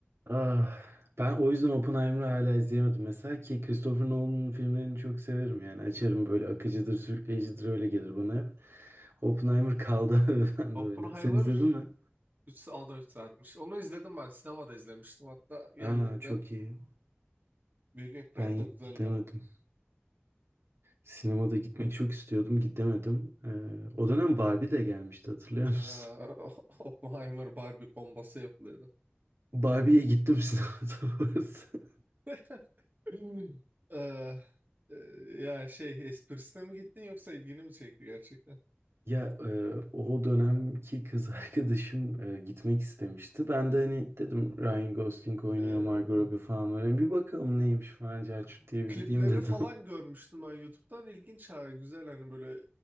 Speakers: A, on the right; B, on the right.
A: Ah, ben o yüzden Oppenheimer'ı hala izleyemedim. Mesela ki Christopher Nolan'ın filmlerini çok severim yani. Açarım böyle akıcıdır, sürükleyicidir öyle gelir bana hep. Oppenheimer kaldı <laughs> abi ben
B: Oppenheimer
A: de öyle. Sen izledin mi?
B: 3 saat, 3 saatmiş. Onu izledim ben. Sinemada izlemiştim. Hatta geldiğinde
A: Aa çok iyi.
B: büyük ekranda
A: Ben
B: güzeldi.
A: gidemedim.
B: harbi.
A: Sinemada gitmek çok istiyordum, gidemedim. Ee, o dönem Barbie de gelmişti hatırlıyor musun?
B: Ee, <laughs> Oppenheimer Barbie kombası yapılıyordu.
A: <laughs> Barbie'ye gittim sinemada bu arada.
B: <laughs> <laughs> Ee, e, ya şey esprisine mi gittin yoksa ilgini mi çekti gerçekten?
A: Ya e, o dönemki kız <laughs> arkadaşım e, gitmek istemişti. Ben de hani dedim Ryan Gosling oynuyor,
B: Ee,
A: Margot Robbie falan var. Hani bir bakalım neymiş falan Celçut diye
B: kliplerini
A: bir gideyim dedim.
B: falan görmüştüm ben YouTube'dan. İlginç ha güzel hani böyle